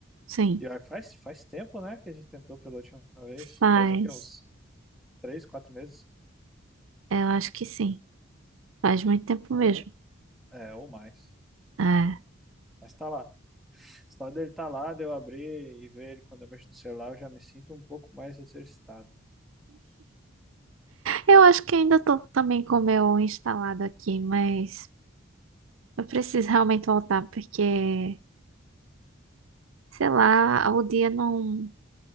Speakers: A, on the right (about 85°); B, in the centre.
A: sim,
B: E olha, que faz, faz tempo, né, que a gente tentou pela última vez.
A: faz.
B: Faz o quê? Uns três, quatro meses?
A: Eu acho que sim. Faz muito tempo mesmo.
B: Ou, é, ou mais.
A: É.
B: Mas tá lá. Só dele tá lá, de eu abrir e ver ele quando eu mexo no celular, eu já me sinto um pouco mais exercitado.
A: Eu acho que ainda tô também com o meu instalado aqui, mas eu preciso realmente voltar porque, sei lá, o dia não,